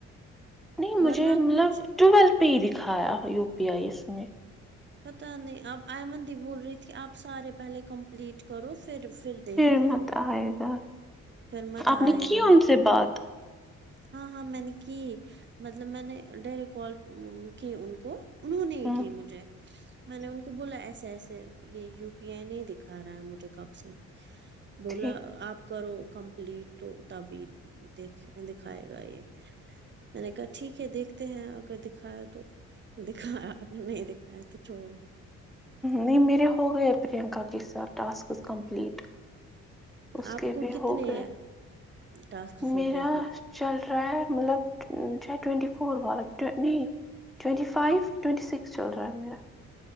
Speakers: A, in the centre; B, on the right (about 40°).
A: نہیں مجھے
B: ورنہ
A: مطلب
B: کچھ
A: ٹویل پے ہی دکھایا یو پی آئی اس نے
B: پتا نہیں اب آئمنندی بول رہی تھی آپ سارے پہلے کمپلیٹ کرو پھر پھر دیکھتے
A: مت
B: ہیں
A: آئے گا
B: پھر مت
A: آپ
B: آئے
A: نے کی
B: گا
A: ان
B: لیکن
A: سے بات
B: ہاں ہاں مینے کی مطلب میں نے ڈائریکٹ کال کی ان کو انہوں نے
A: ہوں
B: ہی کی مجھے میں نے ان کو بولا ایسے ایسے یے یو پی آئی نہیں دکھا رہا ہے مجھے کب سے بولا
A: ٹھیک
B: آپ کرو کمپلیٹ تو تبی دیکھ دکھائے گا یے میں نے کہا ٹھیک ہے دیکھتے ہیں اگر دکھایا تو دکھایا اگر نہیں دیک کھایا تو چوڑو
A: نہیں میرے ہو گئے پرینکا کے ساتھ ٹاسکس کمپلیٹ اس
B: آپ
A: کے
B: کو
A: بھی
B: کتنے
A: ہو گئے
B: ٹاسکس
A: میرا
B: ہو گئے کمپلیٹ
A: چل رہا ہے مطلب چے ٹوینٹی فور والا نہیں ٹوئٹی فائیو ٹئینٹی سکس چل رہا ہے میرا